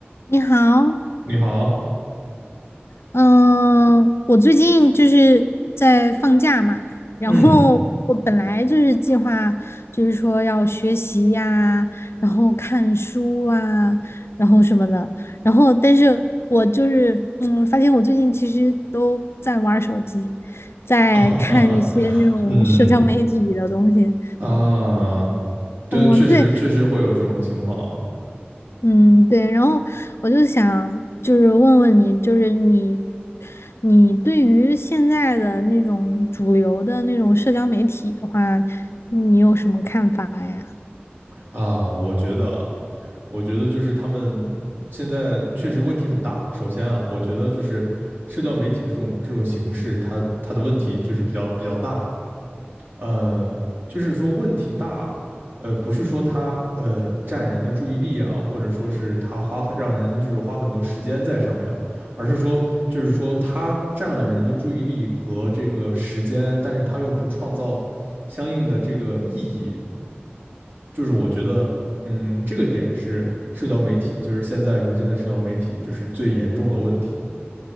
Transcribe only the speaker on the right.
你好，
嗯，
<laughs> 哈哈哈，哈，嗯啊，对，
确实确实会有这种情况啊。
啊我觉得啊，我觉得就是他们现在确实问题很大。首先啊，我觉得就是社交媒体这种这种形式，它它的问题就是比较比较大。呃，就是说问题大，呃，不是说它呃占人的注意力啊，或者说是它花很让人就是花很多时间在上面啊，而是说就是说它占了人的注意力和这个时间，但是它又不创造相应的这个意义，就是我觉得，嗯，这个点是社交媒体，就是现在如今的社交媒体就是最严重的问题。